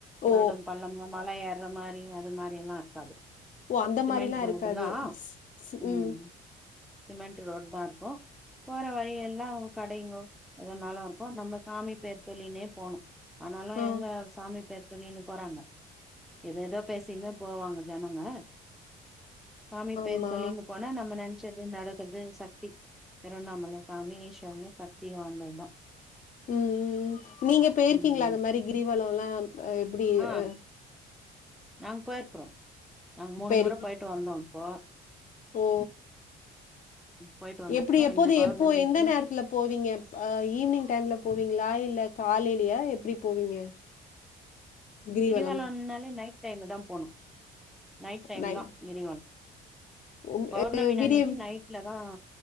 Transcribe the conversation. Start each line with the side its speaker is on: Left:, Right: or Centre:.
Left: ஓ!
Centre: மேடம் பள்ளம்ல்லாம் மலைய இரு இருற மாதிரி அது மாதிரி எல்லாம் இருக்காது
Left: ஓ அந்த
Centre: சிமெண்ட்
Left: மாதிரிஎல்லாம்
Centre: ரோடு
Left: இருக்காது
Centre: தா
Left: ஸ்ஸ்உம்
Centre: ம் சிமெண்ட் ரோடு தான் இருக்கும் ப் போற வழி எல்லாம் ஒரும் கடைங்க அது நல்லா இருக்கும் நம்ம சாமி போற சொல்லினே போனும் ஆனாலும்
Left: ஆ.
Centre: எங்க சாமி பே சொல்லினு போறாங்க ஏதோ ஏதோ பேசறீங்க போவாங்க ஜனங்க சாமி
Left: ஆமா.
Centre: பெயர் சொல்லினு போனா நம்ம நன் என்ன நடக்குறது சக்தி திருவண்ணாமலை சாமி ஈஸ்வரன் சக்தி வாழ்ந்தவன் தான்
Left: உம் உம் நீங்க போயிருக்கீங்களா
Centre: ம்
Left: அந்த மாதிரி கிரிவலம் எல்லாம் எப்படி
Centre: ஆ
Left: உம்
Centre: நாங்க போயிருக்கிறோம் நாங்க மூணு
Left: போயிருக்
Centre: முறை போயிட்டு வந்தோம் ஹா
Left: ஓ ஓ
Centre: போயிட்டு வந்துருக்கோ
Left: எப்படி எப்போது
Centre: இந்த பௌர்ணமிக்கு
Left: எப்போ எந்த நேரத்துல போவீங்கப் ஈவினிங் டைம்ல போவீங்களா இல்ல காலைலயா எப்படி போவீங்க கிரிவலம்
Centre: கிரிவலம்னாலே நைட் சேர்ந்துதான் போனும் நைட் டைம்
Left: நை
Centre: தான் உருவம்
Left: உம்
Centre: பௌர்ணமி
Left: எ விடிய
Centre: அன்னைக்கு நைட்லதான்